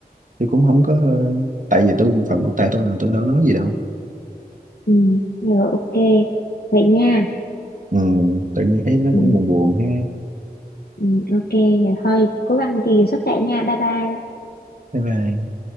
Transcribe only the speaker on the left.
ừ rồi ok vậy nha
ừ
ừ ok vậy thôi cố gắng gìn sức khỏe nha bye bye